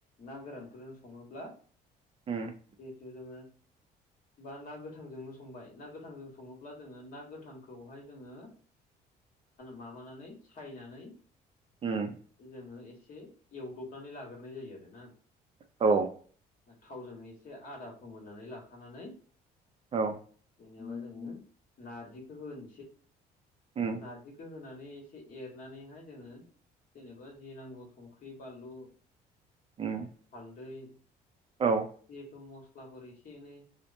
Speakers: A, on the left (about 55°); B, on the right (about 35°).
A: ना गोरानफोरजों सङोब्ला
B: उम
A: जेहुथु जोङो बा ना गोथांजोंनो संबाय ना गोथांजों सङोब्ला जोङो ना गोथांखौहाय जोङो माबानानै सायनानै
B: उम
A: जोङो ए एसे एवद्रबनानै लाग्रोनाय जायो आरो ना।
B: औ।
A: थावजों एसे आदा फोमोननानै लाखानानै
B: औ।
A: जेनबा जोङो नारजिखौ होन
B: उम
A: नारजिखौ होनानै। एनानैहाय जोङो जेननोबा जि नांगौ संख्रि बानलु
B: उम
A: हालदै जिहेथु
B: औ
A: मस्लाफोर एसे एनै